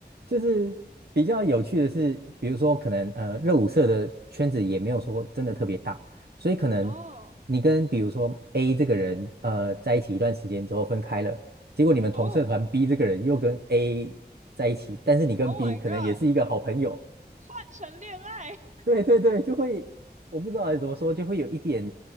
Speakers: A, on the right; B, on the right.
A: 就是比较有趣的是，比如说可能呃热舞社的圈子也没有说真的特别大，所以可能
B: 哦，
A: 你跟比如说 A 这个人呃在一起一段时间之后分开了，结果你们同社团
B: 哦
A: B 这个人又跟 A 在一起，但是你跟
B: ，Oh
A: B
B: my
A: 可能也是一个好朋友，
B: God，换成恋爱 <laughs>
A: 对对对，就会我不知道怎么说，就会有一点